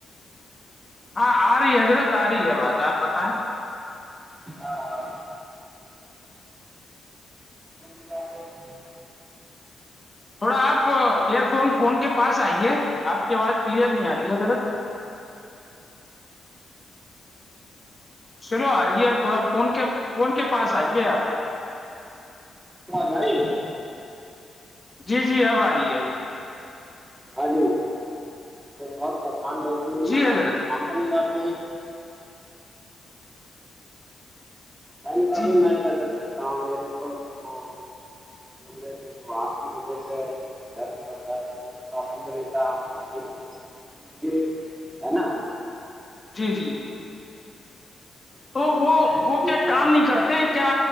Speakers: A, on the left; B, on the right.
A: ہاں آ رہی ہے حضرت آ رہی ہے آ باز آپ بتائیں
B: ہاں ہاں <inaudible>
A: تھوڑا آپ ایئر فون فون کے پاس آئیے آپ کی آواز کلیئر نہیں آ رہی ہے ضرت چلو آ رہیے تھوڑا فون کے فون کے پاس آئیے آپ
B: جائی
A: جی جی اب آ رہی ہے
B: ہاں جی وہ بہت پریشان رہتی ہے
A: جی
B: نا
A: حضرت
B: کاام پ نہیں جاتتے میں نے کہبھائی
A: جی
B: میں کیا کر سکتا ہوں میرےوپ تو بول رہے تھے وہ آپ کی وجہ سے درد ازر رہا ہے الحمد للہ اپنی بچی سے زگی جیے ہے نا
A: جی جی تو وہ
B: میں انٹرویو
A: وہ کیا کام
B: کر
A: نہیں
B: سکتا
A: کرتے
B: ہوں کبھی
A: کیا